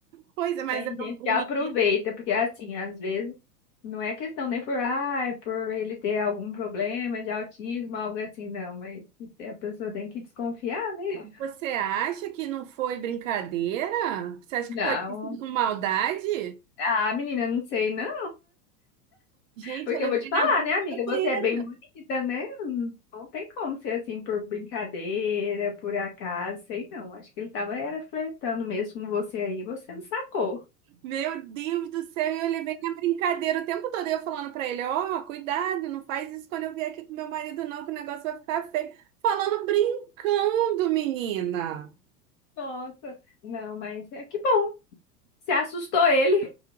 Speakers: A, on the right; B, on the left.
A: Pois é, mas
B: tem
A: era
B: gente
A: um
B: que
A: um
B: aproveita,
A: menino.
B: porque assim, às vezes não é questão nem por, ah, é por ele ter algum problema de autismo, algo assim, não, mas a pessoa tem que desconfiar, né?
A: Você acha que não foi brincadeira? Você acha
B: Não.
A: que pode ter sido com maldade?
B: Ah, menina, não sei, não.
A: Gente,
B: Porque
A: eu levei
B: eu vou te falar,
A: na brincadeira.
B: né, amiga? Você é bem bonita, né? Não tem como ser assim por brincadeira, por acaso, sei não. Acho que ele tava era flertando mesmo com você aí, você não sacou.
A: Meu Deus do céu, eu levei na brincadeira o tempo todo eu falando pra ele, ó, cuidado, não faz isso quando eu vier aqui com meu marido não, que o negócio vai ficar feio. Falando brincando, menina.
B: Nossa, não, mas é que bom. Você assustou ele,